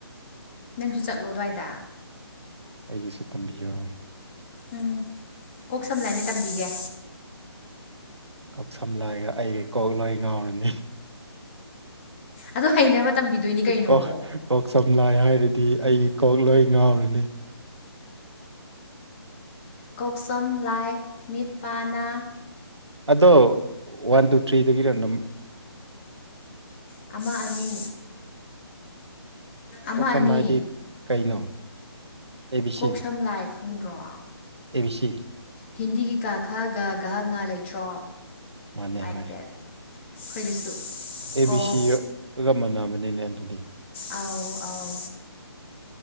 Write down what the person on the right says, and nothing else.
ꯑꯩꯒꯤꯁꯨ ꯇꯝꯕꯤꯌꯣ
ꯀꯛꯁꯝ ꯂꯥꯏꯒ ꯑꯩꯒꯤ ꯀꯣꯛꯂꫭꯏ ꯉꯥꯎꯔꯅꯤ
ꯀꯣꯛ ꯀꯣꯛ ꯁꯝ ꯂꯥꯏ ꯍꯥꯏꯔꯗꯤ ꯑꯩꯒꯤ ꯀꯣꯛ ꯂꯣꯏ ꯉꯥꯎꯔꯅꯤ
ꯑꯗꯣ ꯋꯥꯟ ꯇꯨ ꯊ꯭ꯔꯤꯗꯒꯤꯅ ꯑꯗꯨꯝ
ꯀꯣꯛ ꯁꯝ
ꯂꯥꯏꯗꯤ ꯀꯩꯅꯣ ꯑꯦ ꯕꯤ ꯁꯤ
ꯑꯦ ꯕꯤ ꯁꯤ
ꯃꯥꯅꯦ
ꯍꯣꯏ
ꯑꯦ
ꯕꯤ ꯁꯤꯒ ꯃꯥꯟꯅꯕꯅꯤꯅꯦ ꯑꯗꯨꯗꯤ